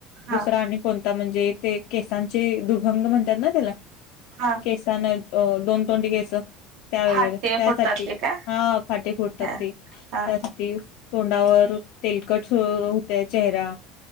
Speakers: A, on the right; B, on the left.
A: हा
B: दुसरा आणि कोणता म्हणजे ते केसांचे दुभंग म्हणतात ना त्याला
A: हा
B: केसांना अं दोन तोंडी केस त्या
A: फाटे
B: वगैरे त्यासाठी
A: फुटतात ते काय
B: हा फाटे फुटतात
A: हा
B: ते
A: हा
B: त्यासाठी तोंडावर तेलकट सु हूतंय चेहरा